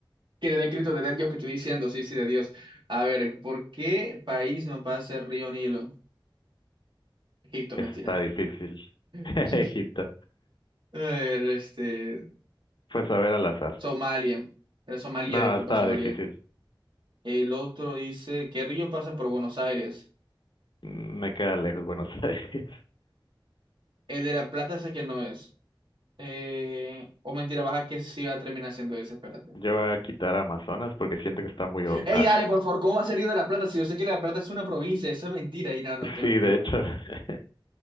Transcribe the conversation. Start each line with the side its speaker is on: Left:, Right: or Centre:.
Right: Que D de Cristo, D de Dios que estoy diciendo, sí, sí, de Dios. A ver, ¿por qué país no pasa el río Nilo?
Left: <laughs>
Right: Egipto,
Left: Eso
Right: mentira.
Left: está difícil.
Right: <laughs>
Left: <laughs> Egipto.
Right: A ver, este,
Left: Pues a ver al azar.
Right: Somalia. Era Somalia,
Left: No,
Right: disculpa,
Left: estaba
Right: Somalia.
Left: difícil.
Right: El otro dice, ¿qué río pasa por Buenos Aires?
Left: Mm, Me queda lejos Buenos <laughs> Aires.
Right: El de La Plata sé que no es. Eh, o mentira, baja que sí va a terminar siendo ese, espérate.
Left: Yo voy a quitar Amazonas porque siento que está muy... o-
Right: Ey,
Left: ah.
Right: dale, por favor, ¿cómo va a ser Río de la Plata? Si yo sé que La Plata es una provincia, eso es mentira. Y no, no,
Left: <laughs>
Right: qué
Left: Sí,
Right: mentira.
Left: de hecho, <laughs>